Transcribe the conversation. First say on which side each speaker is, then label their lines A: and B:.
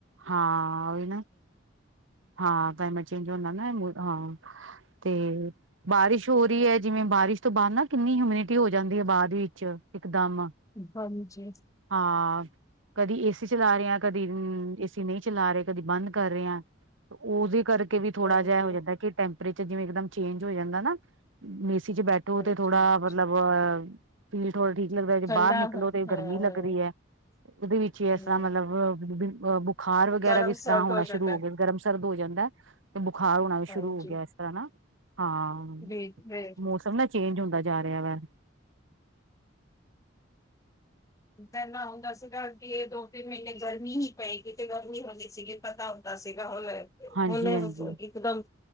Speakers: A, on the right (about 80°); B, on the left (about 15°).
A: ਹਾ ਉਹੀ ਨਾ ਹਾਂ ਕਲਾਈਮੇਟ ਚੇਂਜ ਹੁੰਦਾ ਨਾ ਹਾਂ ਤੇ ਬਾਰਿਸ਼ ਹੋ ਰਹੀ ਹੈ ਜਿਵੇਂ ਬਾਰਿਸ਼ ਤੋਂ ਬਾਅਦ ਨਾ ਕਿੰਨੀ ਹਮਿਨਿਟੀ ਹੋ ਜਾਂਦੀ ਹੈ ਬਾਅਦ ਵਿੱਚ ਇਕਦਮ
B: ਹਾਂਜੀ <inaudible>
A: ਹਾਂ ਕਦੀ ਏਸੀ ਚਲਾ ਰਹੇ ਹ ਕਦੀ ਏਸੀ ਨਹੀਂ ਚਲਾ ਰਹੇ ਕਦੀ ਬੰਦ ਕਰ ਰਹੇ ਹ ਉਹਦੇ ਕਰਕੇ ਵੀ ਥੋੜਾ
B: ਹਾਂਜੀ,
A: ਜਿਹਾ ਹੋ ਜਾਂਦਾ ਕਿ ਟੈਂ ਜਿਵੇਂ ਇਕਮ ਚੇਂਜ ਹੋ ਜਾਂਦਾ ਨਾ ਚ ਬੈਠੋ
B: ਹਾਂਜੀ,
A: ਤੇ ਥੋੜਾ
B: ਹਾਂਜੀ।
A: ਮਤਲਬਹ ਫੀਲ ਥੋੜਾ ਠੀਕ ਲੱਗਦਾ ਜੇ
B: ਠੰਡਾ
A: ਬਾਹਰ ਨਿਕਲੋ
B: ਹਾਂ,
A: ਤੇ
B: ਹਾਂ,
A: ਗਰਮੀ ਲੱ ਲਗਦੀ ਹੈ ਉਹਦੇ ਵਿੱਚ ਹੀ ਇਸ
B: ਹੂੰ।
A: ਤਰ੍ਹਾਂ ਮਤਲਬ ਬੁਖਾਰ ਵਗੈਰਾ
B: ਗਰਮ
A: ਵੀ ਇਸ
B: ਸਰਦ
A: ਤਰ੍ਹਾਂ ਹੋਣਾ
B: ਜਾਂਦਾ
A: ਸ਼ੁਰੂ ਹੋ
B: ਹੈ।
A: ਗਿਆ ਗਰਮ ਸਰਦ ਹੋ ਜਾਂਦਾ ਤੇ ਬੁਖਾਰ ਹੋਣਾ ਵੀ ਸ਼ੁਰੂ
B: ਹਾਂਜੀ
A: ਹੋ ਗਿਆ ਇਸ ਤਰ੍ਹਾਂ ਨਾ ਹਾਂ
B: ਜੀ ਜੀ
A: ਮੌਸਮ ਨਾ ਚੇਂਜ ਹੁੰਦਾ ਜਾ ਰਿਹਾ ਵੈ-
B: ਪਹਿਲਾਂ ਹੁੰਦਾ ਸੀਗਾ ਕਿ ਇਹ ਦੋ ਤਿੰਨ ਮਹੀਨੇ ਗਰਮੀ ਹੀ ਪਏਗੀ ਤੇ ਗਰਮੀ ਹਦੀ ਸੀਗੀ ਪਤਾ ਹੁੰਦਾ ਸੀਗਾ ਹੋਵੇ
A: ਹਾਂਜੀ
B: ਹੁਣ
A: ਹਾਂਜੀ
B: ਬਸ ਇੱਕਦਮ